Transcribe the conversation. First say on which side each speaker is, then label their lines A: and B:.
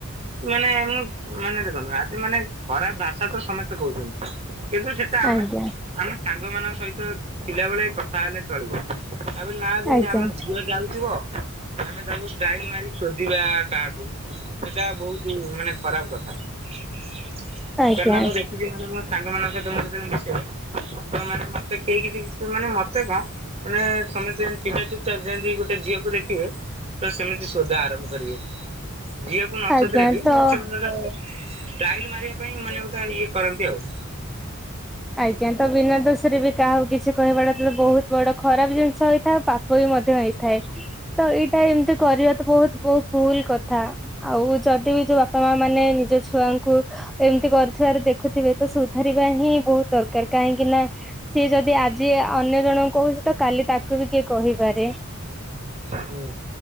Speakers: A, on the right (about 30°); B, in the centre.
A: ମାନେ ମୁଁ ମାନେ ଦେଖନ୍ତୁ ଆଜି ମାନେ ଖରାପ୍ ଭାଷା ତ ସମସ୍ତେ କହୁଛନ୍ତି କିନ୍ତୁ ସେଟା ଆମେ
B: ଆଜ୍ଞା।
A: ଆମେ ସାଙ୍ଗ ମାନଙ୍କ ସହିତ ଥିଲାବେଳେ କଥା ହେଲେ ଚଳିବ ତାବେଲି ନା ବି
B: ଆଜ୍ଞା
A: ଆମେ ଝିଅ ଯାଉଥିବ ଆମେ ସବୁ ଷ୍ଟ୍ରାଇଲ୍ ମାରିକି ଶୋଧିବା କାହାକୁ ସେଟା ବହୁତ୍ ମାନେ ଖରାପ କଥା <inaudible>
B: ଆଜ୍ଞା
A: କାହିଁକି ନା ମୁଁ ମୋ ସାଙ୍ଗ ମାନଙ୍କ ସହିତ ମୁଁ ଯେତେବେଳେ ମିଶେ ସେମାନେ ମତେ କେହି କିଛି ମାନେ ମତେ କଣ ମାନେ ସମସ୍ତେ ଥିବେ ଚୁପ ଚାପ ଯେମିତି ଗୋଟେ ଝିଅକୁ ଦେଖିବେ ତ ସେମିତି ଶଧା ଆରମ୍ଭ କରିବେ ଝିଅକୁ ନ
B: ଆଜ୍ଞା
A: ଶୁଧିଲେ ବି ମାନେ
B: ତ
A: ସେମାନେ ଗ ଟାଇଲ ମାରିବା ପାଇଁ ମାନେ ଗୋଟେ ଇଏ କରନ୍ତି ଆଉ
B: ଆଜ୍ଞା ତ ବିନା ଦୋଷରେ ବି କାହାକୁ କିଛି କହିବାଟା ତ ବହୁତ ବଡ ଖରାପ ଜିନିଷ ହେଇଥାଉ ପା ପ ହୋଇ ମଧ୍ୟ ହେଇଥାଏ ତ ଏଇଟା ଏମିତି କରିବା ତ ବହୁତ ବହୁତ ଭୁଲ କଥା ଆଉ ଯଦି ବି ଯୋଉ ବାପା ମା ମାନେ ନିଜ ଛୁଆଙ୍କୁ ଏମିତି କରୁଥିବାର ଦେଖୁଥିବେ ତ ସୁଧାରିବା ହିଁ ବହୁତ ଦରକାର କାହିଁକି ନା ସିଏ ଯଦି ଆଜି ଅନ୍ୟ ଜଣଙ୍କୁ କହୁଚି ତ କାଲି ତାକୁ ବି କିଏ କହି ପାରେ
A: ହୁଁ